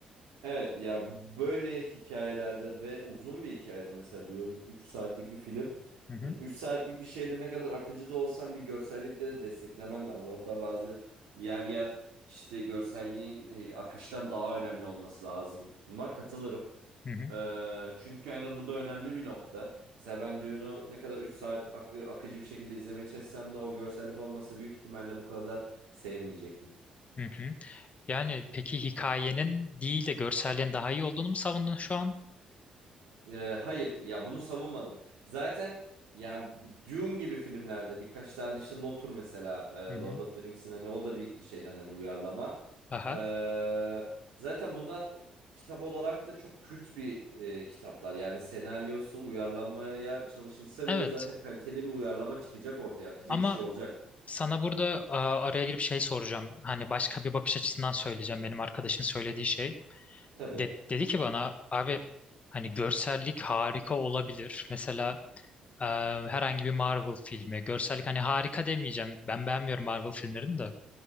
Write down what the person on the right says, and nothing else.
Evet ya böyle hikayelerde ve uzun bir hikayede mesela diyorum 3 saatlik bir film.
Yani 3 saatlik bir şeyde ne kadar akıcı da olsan bir görsellikleri desteklemen lazım. Hatta bazı yer yer işte görselliğin e, akıştan daha önemli olması lazım. Ama katılırım.
Ee, çünkü hani bu da önemli bir nokta. Mesela ben Dune'u ne kadar 3 saat ak- akıcı bir şekilde izlemeye çalışsam da o görsellik olmasa büyük ihtimalle bu kadar sevmeyecektim.
Ee, hayır ya bunu savunmadım. Zaten yani bu Dune gibi filmlerde birkaç tane işte Lotur mesela e,
Lord of the Rings'in hani o da bir şeyden hani uyarlama.
Ee, zaten bunlar kitap olarak da çok kült bir e, kitaplar. Yani senaryosu uyarlamaya çalışılsa
bile zaten kaliteli bir uyarlama çıkacak ortaya. Akıcı
bir şey olacak.
Tabii.